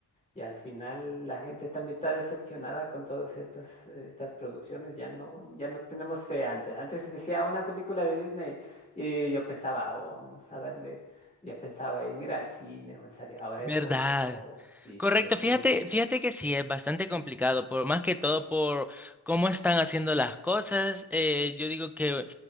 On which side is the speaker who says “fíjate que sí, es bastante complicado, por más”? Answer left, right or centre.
Centre